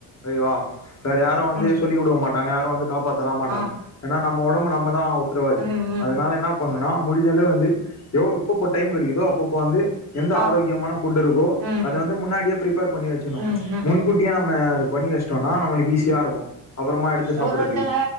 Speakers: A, on the left (about 35°); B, on the right (about 60°).
A: ஐயோ வேற யாரு வந்து
B: ம்
A: சொல்லி குடுக்க மாட் டாங்க யாரு வந்து காப்பாத்தலா மாட்டாங்க
B: ஆ
A: ஏன்னா நம்ம ஒடம்பு நம்மதா உத்ரவாதி
B: ம் ம்
A: அத அதனால என்ன பண்ணுன்னா முடிஞ்ச அளவு வந்து எப்பப்ப டைம் கெடைக்குதோ அப்பப்போ வந்து எந்த
B: ஆ
A: ஆரோக்கியமான ஃபுட் இருக்கோ
B: ம்
A: அத வந்து முன்னாடியே பிரிப்பேர் பண்ணி வச்சணு
B: ம் ம்
A: முன்கூட் டியே நம்ம அது பண்ணி வச்டோனா நம்மளுக்கு ஈஸியா இருக்கு அப்புறமா எடுத்து சாப்றதுக்கு
B: ஒரு ஒருத்தங்க